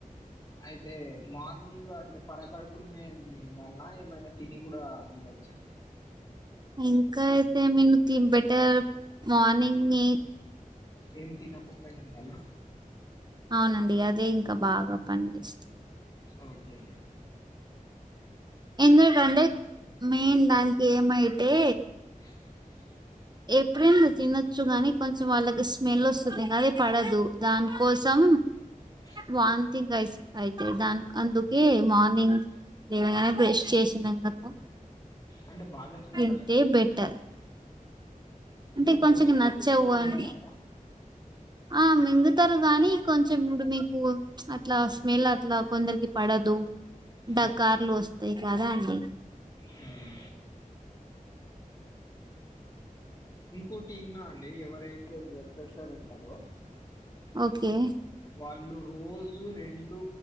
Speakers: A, on the left; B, on the right.
A: అయితే మార్నింగ్ అంటే పరకడుపుల్నే మింగాల్న ఏమైనా తిని కూడా మింగ వచ్చాం
B: ఇంకా అయితే మేలుకింగ్ బెటర్ మార్నింగే
A: ఏం తినకుండా మింగాల్న
B: అవునండి అదే ఇంకా బాగా పనిచేస్తుంది
A: ఓకే
B: ఎందుకంటే మెయిన్ దానికి ఏమైతే
A: <inaudible>
B: ఏప్రిల్ తినొచ్చు గానీ కొంచెం వాళ్ళకి స్మెల్ వస్తుంది అది పడదు దాని కోసం
A: <inaudible>
B: వాన్ తింగ్ ఐస్ అయితది దాన్ అందుకే మార్నింగ్ లేవగానే బ్రష్ చేసినాక
A: అంటే బాగా స్మెల్
B: తింటే
A: అత్తదా?
B: బెటర్
A: ఇప్పుడు
B: అంటే కొంచెంకు
A: గోళీ మింగినట్టు
B: నచ్చవు
A: మింగరాదా?
B: అని ఆ మింగు తారు గానీ కొంచెం ఇప్పుడు మీకు అట్లా స్మెల్ అట్లా కొందరికి పడదు డకార్లు
A: ఓకే.
B: వస్తాయి కదా అండి
A: హ్మ్. ఇంకోటి ఇన్నా అండి ఎవరైతే బ్లడ్ ప్రెషర్ ఉంటందో
B: ఓకే
A: వాళ్ళు రోజు రెండు